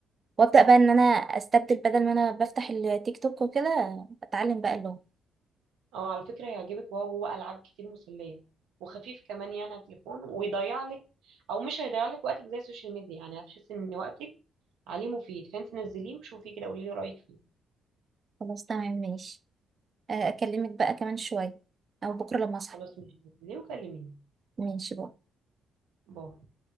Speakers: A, on the right (about 40°); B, on the right (about 85°).
A: وابدا بقى ان انا استبدل بدل ما انا بفتح التيك توك وكده اتعلم بقى اللغه
B: او على فكره هيعجبك وهو جوه العاب كتير مسليه وخفيف كمان يعني على التليفون ويضيع لك او مش هيضيع لك وقتك زي السوشيال ميديا يعني هتحسي ان وقتك عليه مفيد فانت نزليه وشوفي كده قولي لي رايك فيه
A: خلاص تمام ماشي آه، اكلمك بقى كمان شويه او بكره لما اصحى
B: خلاص ماشي نزليه وكلميني
A: ماشي بقى
B: باي